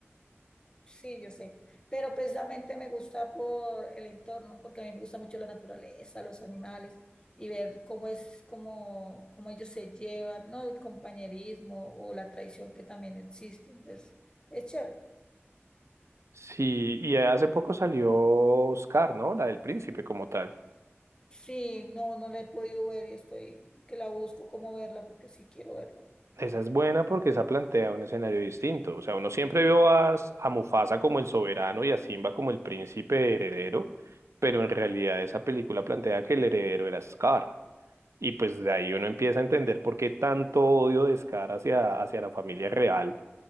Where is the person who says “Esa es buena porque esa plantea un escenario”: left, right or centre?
Right